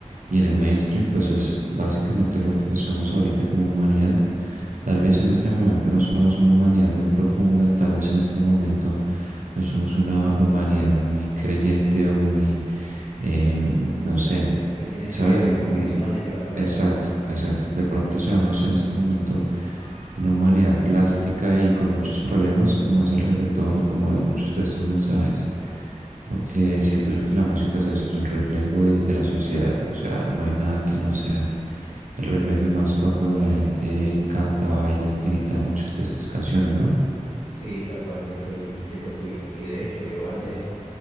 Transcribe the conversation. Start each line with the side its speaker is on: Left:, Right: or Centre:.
Right: y en el mainstream, pues es básicamente lo que somos ahorita como humanidad. Tal vez en este momento no somos una humanidad muy profunda, tal vez en este momento no somos una humanidad muy creyente o muy, eh, no sé,
Left: que tiene
Right: ¿sabes?
Left: fe,
Right: Mm,
Left: convicciones y valores.
Right: Exacto, exacto. De pronto seamos en este momento una humanidad plástica y con muchos problemas, como es el reggaetón y como es muchos de estos mensajes, porque siento yo que la música es eso, el reflejo de, de la sociedad. O sea, no hay nada que no sea el reflejo y más cuando la gente canta, baila y grita muchas de estas canciones, ¿no?
Left: Sí, tal cual, yo estoy, yo estoy contigo. Y de hecho, yo antes